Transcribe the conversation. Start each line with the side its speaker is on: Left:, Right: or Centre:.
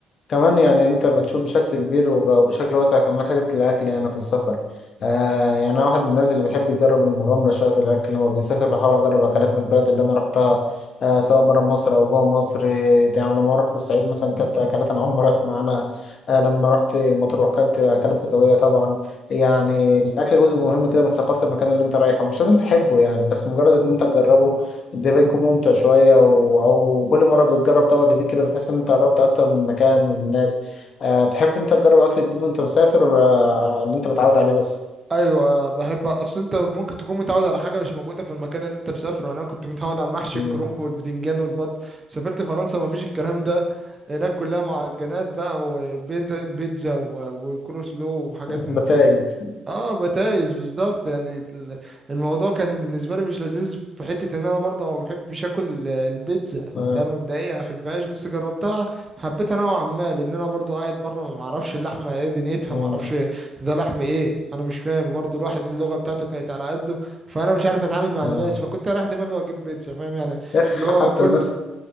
Left: كمان يعني انت بتشوف بشكل كبير وب- وبشكل واسع كمان حتة الاكل يعني في السفر آه يعني انا واحد من الناس اللي بيحب يجرب المغامرة شوية في الاكل لما بيسافر بحاول اجرب اكلات من البلد اللي انا رحتها آه سواء بره مصر او جوه مصر آه، يعني لما رحت الصعيد مثلا كلت اكلات انا اول مرة اسمع عنها آه لما رحت مطروح كلت اكلات بدوية طبعا يعني الاكل جزء مهم كده من ثقافة المكان اللي انت رايحه مش لازم تحبه يعني بس مجرد ان انت تجربه ده بيكون ممتع شوية و... أو كل مرة بتجرب طبق جديد كده بتحس إن أنت قربت أكتر من مكان من الناس أه تحب أنت تجرب أكل جديد وأنت مسافر ولا اللي أنت متعود عليه بس؟
Right: ايوه بحب اصل انت ممكن تكون متعود على حاجه مش موجوده في المكان اللي انت مسافره يعني انا كنت متعود على المحشي
Left: مم.
Right: الكرنب والبتنجان والبط سافرت فرنسا ما فيش الكلام ده هناك كلها معجنات بقى وبيتزا و- وكروسلو وحاجات
Left: <laughs>
Right: من
Left: بتايز
Right: دي اه بتايز بالظبط يعني ال- الموضوع كان بالنسبه لي مش لذيذ في حته ان انا برضه ما بحبش اكل ال- البيتزا
Left: آه.
Right: ده مبدئيا ما بحبهاش بس جربتها حبيتها نوعا ما لان انا برضه قاعد بره ما اعرفش اللحمه ايه دنيتها
Left: آه.
Right: ما اعرفش ده لحم ايه انا مش فاهم برضه الواحد اللغه بتاعته كانت على قده فانا مش عارف اتعامل مع
Left: آه.
Right: الناس فكنت رايح دماغي واجيب بيتزا فاهم يعني
Left: يا أخي
Right: اللي هو
Left: حتى
Right: كل
Left: الناس